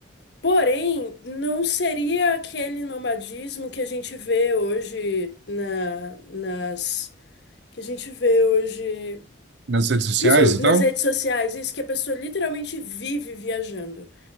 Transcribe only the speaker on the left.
Porém, não seria aquele nomadismo que a gente vê hoje na, nas que a gente vê hoje
Principalmente
nas redes sociais, isso que a pessoa literalmente vive viajando.